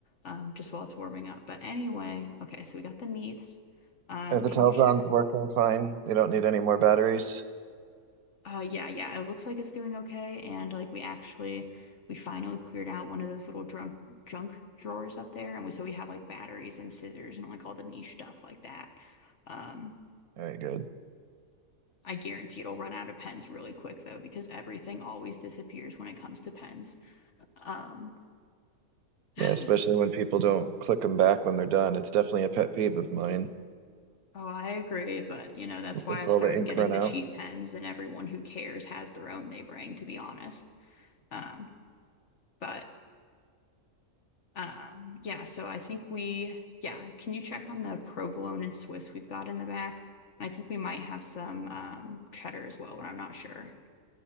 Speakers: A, on the left; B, on the right.
A: um, just while it's warming up. But anyway, okay, so we got the meats. Um,
B: Are the
A: can
B: telzon's
A: you check?
B: working fine? They don't need any more batteries.
A: Uh, yeah, yeah, it looks like it's doing okay, and like we actually we finally cleared out one of those little drunk junk drawers up there, and we so we have like batteries and scissors and like all the niche stuff like that. Um.
B: All right, good.
A: I guarantee it'll run out of pens really quick though, because everything always disappears when it comes to pens. Um,
B: Yeah,
A: <gasps> oh,
B: especially when people don't click them back when they're done. It's definitely a pet peeve of mine.
A: I agree, but you know, that's why
B: With
A: I've
B: all
A: started
B: the ink
A: getting
B: run
A: the
B: out.
A: cheap pens, and everyone who cares has their own they bring, to be honest. Um, but um, yeah, so I think we, yeah, can you check on the provolone and Swiss we've got in the back? And I think we might have some um, cheddar as well, but I'm not sure.